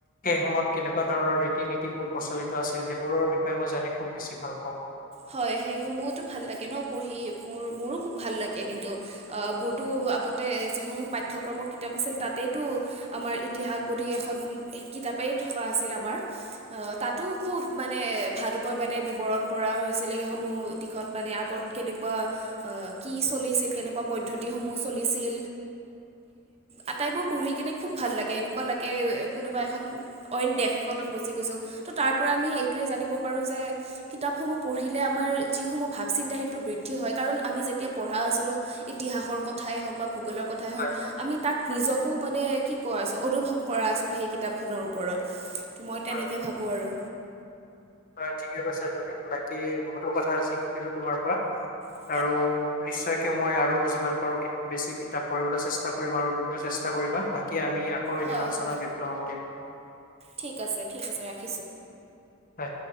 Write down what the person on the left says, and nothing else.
সেই সময়ত কেনেকুৱা ধৰণৰ ৰীতি নীতিবোৰ প্ৰচলিত আছিল সেইবোৰৰ বিষয়ে মই জানি খুব বেছি ভাল পাওঁ
হয়
হয়
হয় ঠিকে কৈছা তুমি বাকী বহুতো কথা শিকিলো তোমাৰ পৰা।
আৰু নিশ্চয়কে মই আৰু যিমান পাৰো বেছি কিতাপ পঢ়িবলৈ চেষ্টা কৰিম আৰু তুমিও চেষ্টা কৰিবা। বাকী আমি আকৌ
এদিন আলোচনাত
লিপ্ত হম দিয়া
হয়।